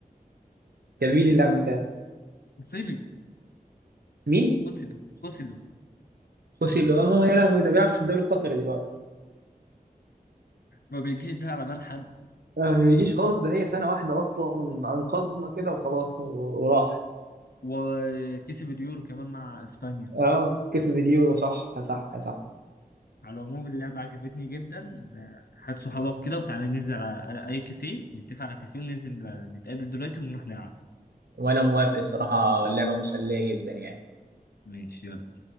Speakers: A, on the right; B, on the left.
A: جميل اللعب بتاعه
B: فصلي
A: مين؟
B: فصل فصل
A: خوسي لو اه يا لهوي ده بيلعب في الدوري القطري دلوقتي
B: ما بيجيش ده على بال حد
A: آه، ما يجيش خالص ده هي سنة واحدة أصلا أنقذنا كده وخلاص و- وراح
B: وكسب اليورو كمان مع اسبانيا
A: اه كسب اليورو صح صح صح
B: على العموم اللعبة عجبتني جدا هات صحابك كده وتعالى ننزل على على اي كافيه نتفق على كافيه وننزل نتقابل دلوقتي ونروح نلعب
A: وأنا موافق الصراحة اللعبة مسلية جدا يعني
B: ماشي يلا.